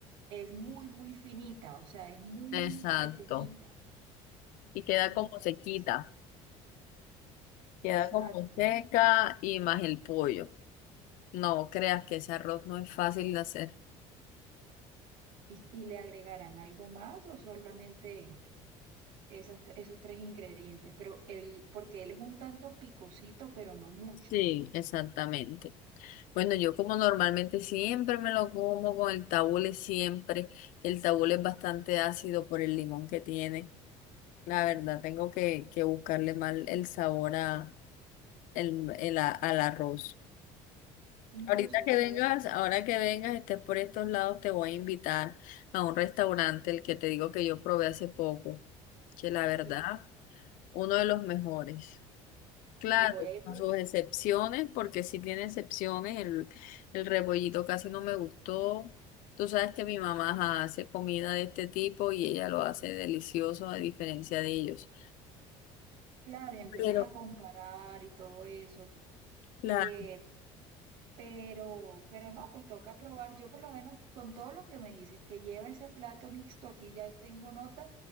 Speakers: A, on the right; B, on the left.
A: es muy, muy finita, o sea, es muy
B: Exacto.
A: pequeñita.
B: Y queda
A: Entonces,
B: como sequita. Queda
A: exacto.
B: como seca y más el pollo. No creas que ese arroz no es fácil de hacer.
A: ¿Y, y le agregarán algo más o solamente esas, esos tres ingredientes? Pero él, porque él es un tanto picosito, pero no mucho.
B: Sí, exactamente. Bueno, yo como normalmente siempre me lo como con el tabule, siempre. El tabule es bastante ácido por el limón que tiene. La verdad, tengo que, que buscarle mal el sabor a, el, el a- al arroz.
A: Incluso,
B: Ahorita que
A: ¿sabes
B: vengas,
A: qué?
B: ahora que vengas, estés por estos lados, te voy a invitar a un restaurante, el que te digo que yo probé hace poco, que la verdad,
A: Sí,
B: uno de los mejores. Claro,
A: ahí voy a ir
B: con
A: porque,
B: sus excepciones, porque sí tiene excepciones. El, el rebollito casi no me gustó. Tú sabes que mi mamá ajá, hace comida de este tipo y ella lo hace delicioso a diferencia de ellos.
A: claro, y empiezas
B: Pero,
A: a comparar y todo eso.
B: claro,
A: Eh, Pero, pero no, pues toca probar. Yo por lo menos con todo lo que me dices, que lleva ese plato mixto, aquí ya tengo nota,